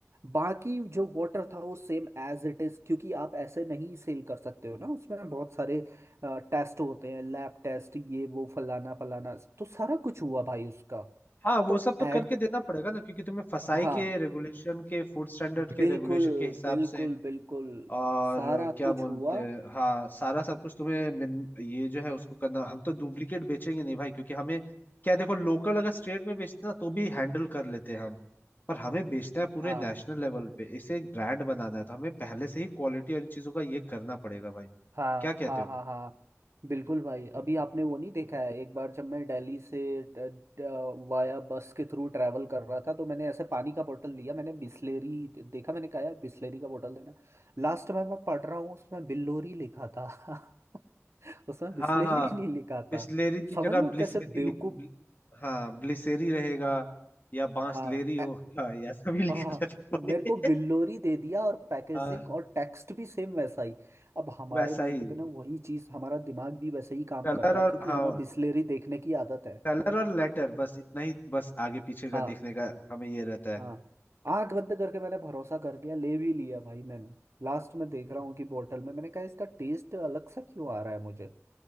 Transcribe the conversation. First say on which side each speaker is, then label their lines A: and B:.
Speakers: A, on the right; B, on the left.
A: बाकी जो वाटर था वो सेम एज इट इज क्योंकि आप ऐसे नहीं सेल कर सकते हो ना उसमें बहुत सारे टेस्ट होते हैं लैब टेस्ट ये वो फलाना फलाना तो सारा कुछ हुआ भाई उसका
B: हाँ वो
A: तो
B: सब तो
A: एट
B: करके देना पड़ेगा ना क्योंकि तुम्हें फसाई
A: हाँ
B: के रेगुलेशन के फूड स्टैंडर्ड के
A: बिल्कुल
B: रेगुलेशन के हिसाब
A: बिल्कुल
B: से
A: बिल्कुल
B: और
A: सारा
B: क्या
A: कुछ
B: बोलते
A: हुआ
B: हैं हाँ सारा सब कुछ तुम्हें मिन, ये जो है उसको करना हम तो डुप्लीकेट बेचेंगे नहीं भाई क्योंकि हमें क्या देखो लोकल अगर स्टेट में बेचते ना तो भी हैंडल कर लेते हैं हम पर हमें बेचना है पूरे
A: हाँ
B: नेशनल लेवल पे इसे एक ब्रांड बनाना है तो हमें पहले से ही क्वालिटी और इन चीजों का ये करना पड़ेगा भाई
A: हाँ
B: क्या कहते
A: हाँ
B: हो
A: हाँ हाँ बिल्कुल भाई अभी आपने वो नहीं देखा है एक बार जब मैं दिल्ली से ड- ड- वाया बस के थ्रू ट्रैवल कर रहा था तो मैंने ऐसे पानी का बोतल लिया मैंने बिस्लेरी देखा मैंने कहा यार बिस्लेरी का बोतल देना लास्ट में मैं पढ़ रहा हूँ उसमें बिल्लोरी लिखा था <laughs> उसमें बिस्लेरी
B: हाँ हाँ
A: नहीं लिखा
B: बिस्लेरी
A: था
B: की
A: समझ
B: जगह
A: रहे
B: ब्लिसेरी
A: हो कैसे बेवकूफ
B: लिख ब्लि, हाँ ब्लिसेरी रहेगा या बांसलेरी
A: हाँ
B: होगा या सभी लिखा
A: हाँ
B: रहता
A: मेरे को बिल्लोरी
B: है
A: दे दिया और पैकेजिंग
B: हाँ
A: और टेक्स्ट भी सेम वैसा ही अब हमारे
B: <laughs> वैसा
A: माइंड
B: ही
A: पे ना वही चीज हमारा दिमाग भी वैसे ही काम
B: कलर
A: करता है
B: और
A: क्योंकि
B: हाँ
A: हमें बिस्लेरी देखने की आदत है
B: कलर और लेटर बस इतना ही बस आगे पीछे का
A: हाँ
B: देखने का हमें ये रहता है
A: हाँ आंख बंद करके मैंने भरोसा कर लिया ले भी लिया भाई मैंने लास्ट में देख रहा हूँ कि बोतल में मैंने कहा इसका टेस्ट अलग सा क्यों आ रहा है मुझे